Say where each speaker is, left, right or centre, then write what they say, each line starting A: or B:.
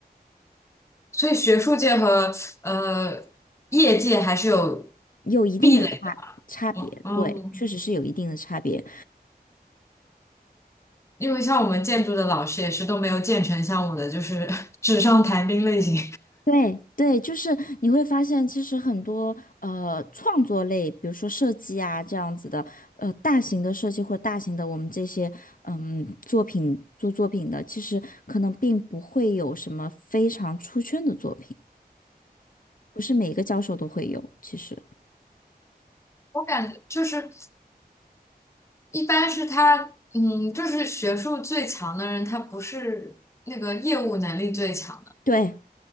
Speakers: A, on the left; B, on the left.
A: 所以学术界和呃业界还是有
B: 有一定的差
A: 壁垒的。
B: 差别，
A: 嗯，
B: 对，确实是有一定的差别。
A: 因为像我们建筑的老师也是都没有建成像我的，就是 <laughs> 纸上谈兵类型。
B: 对对，就是你会发现，其实很多呃创作类，比如说设计啊这样子的，呃大型的设计或者大型的我们这些嗯作品做作品的，其实可能并不会有什么非常出圈的作品，不是每一个教授都会有，其实。
A: 我感觉就是。一般是他，嗯，就是学术最强的人，他不是那个业务能力最强的，
B: 对，